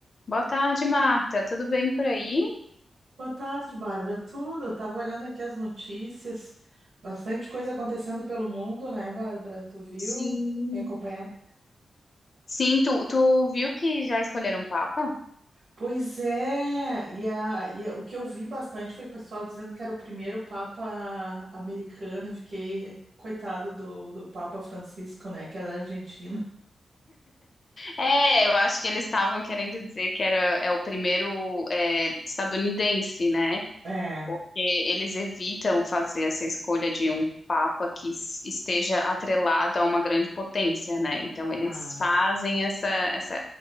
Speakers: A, on the left; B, on the right.
A: Boa tarde, Marta. Tudo bem por aí?
B: Boa tarde, Bárbara. Tudo? Tava olhando aqui as notícias. Bastante coisa acontecendo pelo mundo, né, Bárbara? Tu viu?
A: Sim.
B: Tem acompanhado?
A: Sim, tu, tu viu que já escolheram o Papa?
B: Pois é. E, a, e o que eu vi bastante foi o pessoal dizendo que era o primeiro Papa americano. Eu Fiquei coitado do, do Papa Francisco, né, que era argentino.
A: É, eu acho que eles estavam querendo dizer que era é o primeiro é, estadunidense, né?
B: É.
A: porque eles evitam fazer essa escolha de um papa que s- esteja atrelado a uma grande potência, né? Então eles
B: Ah.
A: fazem essa, essa,